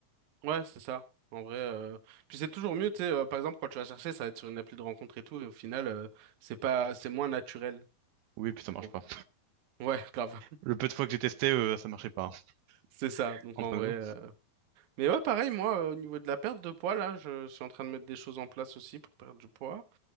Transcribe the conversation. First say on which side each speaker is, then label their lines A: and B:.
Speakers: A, on the right; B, on the right.
A: Ouais, c'est ça. En vrai, euh, puis c'est toujours mieux, tu sais, euh, par exemple, quand tu vas chercher, ça va être sur une appli de rencontre et tout, et au final, euh, c'est pas, c'est moins naturel,
B: Oui, puis ça
A: je
B: marche
A: trouve.
B: pas.
A: Ouais, <laughs> grave.
B: Le peu de fois que j'ai testé, euh, ça marchait pas, hein,
A: C'est ça.
B: <laughs>
A: Donc,
B: entre
A: en vrai,
B: nous.
A: euh, mais ouais, pareil, moi, euh, au niveau de la perte de poids, là, je suis en train de mettre des choses en place aussi pour perdre du poids.